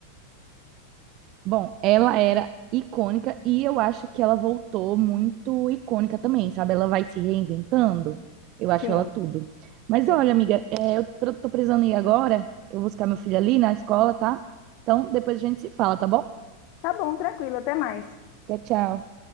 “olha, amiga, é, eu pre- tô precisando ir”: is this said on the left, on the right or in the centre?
Right